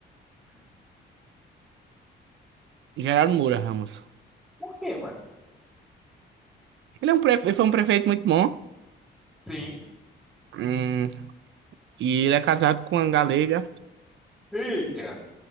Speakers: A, in the centre; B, on the right (about 70°).
A: Hum,
B: Geraldo Moura Ramos.
A: Por quê, mano?
B: Ele, é um prefe... ele foi um prefeito muito bom.
A: Sim.
B: Hum, e ele é casado com uma galega.
A: Eita!